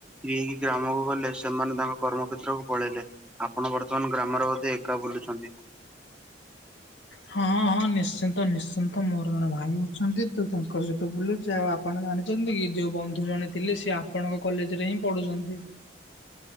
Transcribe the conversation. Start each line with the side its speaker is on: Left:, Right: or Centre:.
Centre: ହେଇକି ଗ୍ରାମକୁ ଗଲେ ସେମାନେ ତାଙ୍କ କର୍ମକ୍ଷେତ୍ରକୁ ପଳେଇଲେ। ଆପଣ ବର୍ତ୍ତମାନ ଗ୍ରାମରେ ବୋଧେ ଏକା ବୁଲୁଚନ୍ତି।
Left: ହଁ ହଁ ନିଶ୍ଚିନ୍ତ ନିଶ୍ଚିନ୍ତ ମୋର ଜଣେ ଭାଇ ଅଛନ୍ତି ତ ତା ତାଙ୍କ ସହିତ ବୁଲୁଛି ଆଉ ଆପଣ ଜାଣିଛନ୍ତି କି ଯୋଉ ବନ୍ଧୁ ଜଣେ ଥିଲେ ସେ ଆପଣଙ୍କ କଲେଜରେ ହିଁ ପଢୁୁଚନ୍ତି।